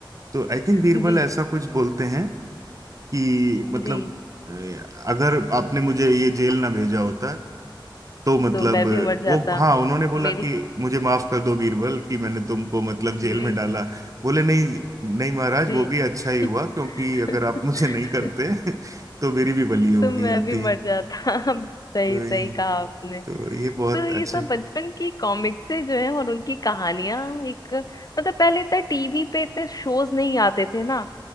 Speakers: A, on the right (about 40°); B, on the left (about 50°).
A: तो आई थिंक बीरबल
B: जी
A: ऐसा कुछ बोलते हैं कि मतलब
B: जी
A: अ, अगर आपने मुझे ये जेल ना भेजा होता तो मतलब
B: तो मैं भी मर जाता
A: वो हाँ उन्होंने बोला
B: मेरी
A: कि मुझे माफ कर दो बीरबल कि मैंने तुमको मतलब जेल
B: जी
A: में डाला बोले नहीं नहीं महाराज
B: जी
A: वो भी अच्छा ही
B: <laughs>
A: हुआ क्योंकि अगर आप <laughs> मुझे नहीं करते <laughs> तो मेरी भी बलि हो
B: तो
A: गई
B: मैं
A: होती
B: भी मर जाता <laughs> सही
A: तो
B: सही
A: ये-
B: कहा आपने
A: तो ये बहुत
B: तो ये
A: अच्छे
B: सब बचपन की कॉमिक्स से जो है और उनकी कहानियां एक मतलब पहले इतना टीवी पे इतने शोज नहीं आते थे ना